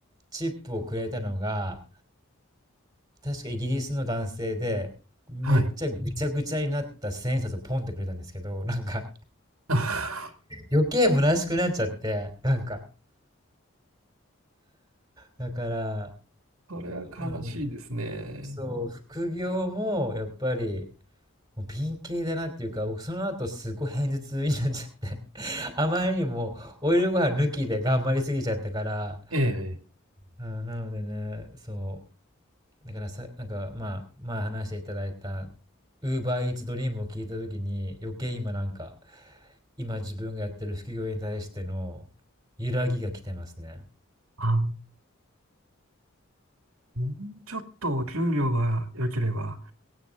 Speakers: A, on the right; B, on the right.
A: チップをくれたのが、確かイギリスの男性で、めっちゃぐちゃぐちゃになった千円札をポンってくれたんですけど、
B: はい。<laughs>
A: なんか
B: あ
A: 余計虚しくなっちゃって、なんか、だから、
B: それは悲しいですね。
A: うん、そう、副業もやっぱり、もうピン系だなっていうか、僕その後すごい偏頭痛になっちゃって <laughs> あまりにもオイルご飯抜きで頑張りすぎちゃったから、
B: ええ。
A: あーなのでね、そう、だからさ、なんか、まあ、前まあ話していただいた、Uber Eats Dream を聞いたときに、余計今なんか、今自分がやってる副業に対しての揺らぎが来てますね。
B: あ、もうちょっとお給料が良ければ